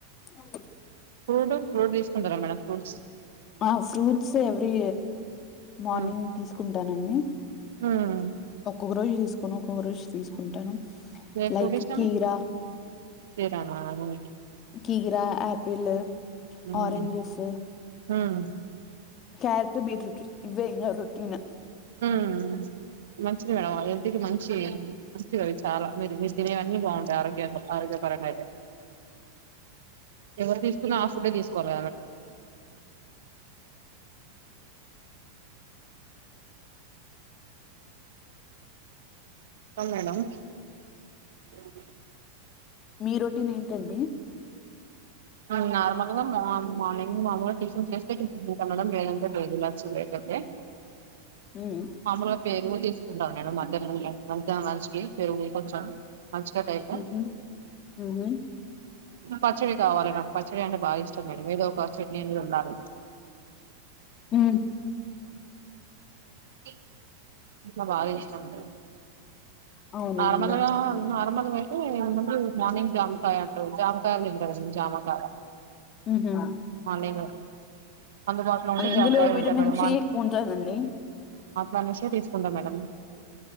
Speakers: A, on the left; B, on the right.
A: అవు
B: ఫ్రూట్ ఫ్రూట్ తీసుకుంటారా మేడమ్ ఫ్రూట్స్
A: ఆ ఫ్రూట్స్ ఎవ్రీ మార్నింగ్
B: హ్మ్.
A: తీసుకుం ధాన్యాన్ని
B: హ్మ్
A: ఓక్ ఒక్క రోజు తీసుకోను ఒక్కో రోజు తీసుకుంటాను
B: ఏ
A: లైక్
B: పలిష
A: కీరా
B: శ్రీరామ
A: కీరా ఆపిల్
B: హ్మ్
A: ఆరెంజ్ జ్యూస్
B: హ్మ్
A: క్యారెట్ బీట్ రూట్ ఇవే ఇంకా రొటీన్
B: ఉమ్ మంచిది మేడం హెల్త్ కి మంచి మంచివి అవి చాలా మీరు మీ తినేవన్నీ బాగుంటాయి ఆరోగ్యంలో ఆరోగ్యపరంగా అయితే ఎవరు తీసుకున్నా ఆ ఫుడ్డే తీసుకు <unintelligible> అవును మేడం యమ్మీ
A: మీ రొటీన్ ఏంటండి
B: మేం నార్మల్ గా మా మార్నింగ్ మేం మామూలుగా టిఫిన్ చేస్తే టిఫిన్ తింటాం మేడం లేదంటే టిఫిన్ లేదుల
A: ఉమ్
B: <unintelligible> పెరుగు తీసుకుంటాం మేడం మధ్యాహ్నం మధ్యాహ్నం లంచ్ కి పెరుగు కొంచెం మంచి కట్టయితే
A: ఉహు ఉహు
B: పచ్చడి ప చవాల చ్చ అంటే బాగా ఇష్టం అండి మాది ఒక చెట్ందు ఉన్నారుి
A: ఆ
B: ఆ అ బాగా ఇష్టం ఉంటారు
A: అవునండి
B: నార్మల్గా నార్మల్ అతే మార్నింగ్ జాకాయ అంట్రారు జాముకాయలు ఇల్దార ని జామకాయ
A: ఉహు
B: మార్నింగ్ అందుబాటులో ఉంటే
A: అందులో
B: జామకాయలు
A: విటమిన్
B: ఉంటాయి మేడం
A: సి ఎక్కువ ఉంటుందండి
B: మనిష తీసుకుందాం మేడడం